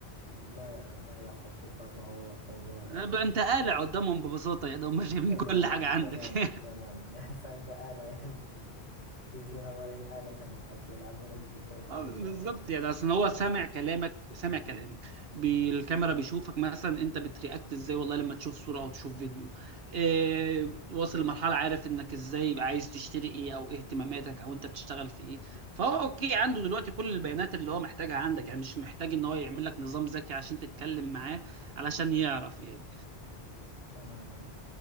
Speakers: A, on the left; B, on the right.
A: ما ما يخصك فهو فهو يعني
B: بقى انت قالع قدامهم ببساطه يعني هم شايفين
A: تمام
B: كل حاجه عندك
A: تماما
B: <laughs>
A: تماما <laughs> يعني فأنت آلة <laughs> يعني في في في في نظرهم آلة كما قلت يلعبون بك كيف يشاءون
B: اه بالظبط يعني اصل
A: تمام
B: هو سامع كلامك سامع كلامك بالكاميرا بيشوفك مثلا انت بترياكت ازاي والله لما تشوف صوره او تشوف فيديو إيه واصل لمرحله عارف انك ازاي يبقى عايز تشتري ايه او ايه اهتماماتك او انت بتشتغل في ايه فهو اوكي عنده دلوقتي كل البيانات اللي هو محتاجها عندك يعني مش محتاج ان هو يعمل لك نظام ذكي عشان تتكلم معاه علشان يعرف يعني
A: تماما